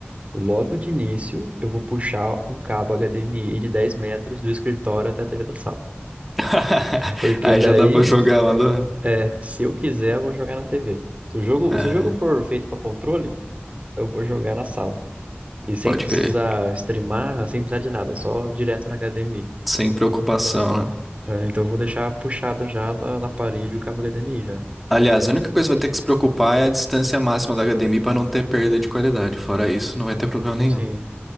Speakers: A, on the right; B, in the centre.
A: logo de início, eu vou puxar um cabo HDMI de 10 metros do escritório até a TV da sala.
B: <laughs>
A: Porque
B: Aí
A: daí,
B: já dá pra jogar lá do.
A: é, se eu quiser, eu vou jogar na TV. Se o jogo,
B: É,
A: se o jogo for feito para controle, eu vou jogar na sala. E sem
B: pode
A: precisar
B: crer.
A: streamar, sem precisar de nada, só direto na HDMI.
B: Sem preocupação, né?
A: É, então eu vou deixar puxado já na, na parede o cabo HDMI já.
B: Aliás, a única coisa que vai ter que se preocupar é a distância máxima da HDMI pra não ter perda de qualidade. Fora isso, não vai ter problema nenhum.
A: Sim.